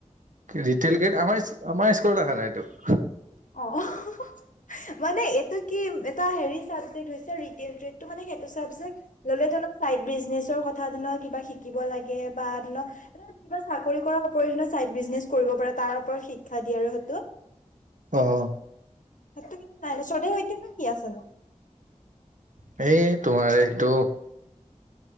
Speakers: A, on the right (about 75°); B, on the left (about 80°).
A: ৰিটেইল গেট আমাৰ আমাৰ স্কুলত অহা নাইতো
B: অহ হহ হু মানে এইটো কি এটা হেৰি চাবজেক্ট হৈছে ৰিটেইন ট্ৰেডটো মানে সেইটো চাবজেক্ট ললে ধৰি লক চাইড বিজনেছৰ কথা ধৰি লক কিবা শিকিব লাগে বা ধৰি লওক কিবা চাকৰি কৰাৰ উপৰি মানে চাইড বিজনেছ কৰিব পাৰে তাৰ ওপৰত শিক্ষা দিয়ে আৰু সেইটো
A: অহ
B: তাতটো কিন্তু নাই নচৰ দেই এতিয়ানো কি আছেনো
A: সেই তোমাৰ এইটো